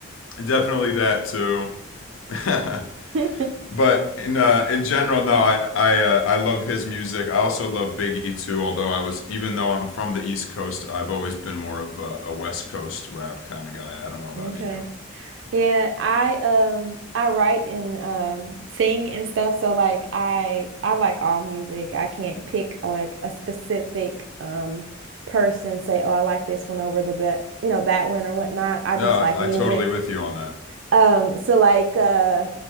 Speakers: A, on the left (about 80°); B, on the right (about 65°).
A: Definitely that too. <laughs>
B: <laughs>
A: but in uh, in general, no, I I, uh, I love his music. I also love Biggie too. Although I was, even though I'm from the East Coast, I've always been more of a, a West Coast rap kind of guy. I don't know about
B: Okay.
A: you.
B: Yeah, I um I write and um sing and stuff, so like I I like all music. I can't pick like a specific um person and say, "Oh, I like this one over the bet, you know, that one or whatnot." I
A: No,
B: just
A: I,
B: like music.
A: I totally with you on that
B: Um so like uh